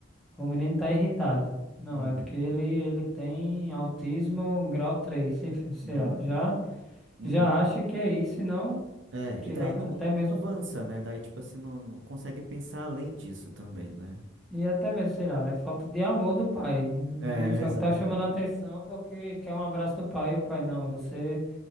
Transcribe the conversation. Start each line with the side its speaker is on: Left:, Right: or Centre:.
Centre: O menino tá irritado. Não,
Right: uhum,
Centre: é porque ele, ele tem autismo grau 3. sei, sei
Right: uhum,
Centre: lá, já,
Right: uhum.
Centre: já acha que é isso e não,
Right: É,
Centre: sei
Right: e daí
Centre: lá,
Right: não, não
Centre: até mesmo,
Right: avança, né? Daí, tipo assim, não, não consegue pensar além disso também, né?
Centre: e até mesmo, sei lá, é falta de amor do pai. O
Right: É,
Centre: menino só
Right: exatamente.
Centre: que tá chamando a atenção porque quer um abraço do pai e o pai, não, você